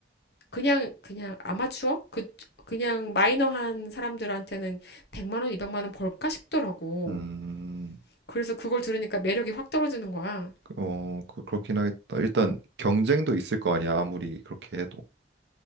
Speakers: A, on the left; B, on the right.
A: 그냥 그냥 아마추어 그 그냥 마이너한 사람들한테는 100만 원, 200만 원 벌까 싶더라고.
B: 음,
A: 그래서 그걸 들으니까 매력이 확 떨어지는 거야.
B: 어, 그, 그렇긴 하겠다. 일단 경쟁도 있을 거 아니야, 아무리 그렇게 해도.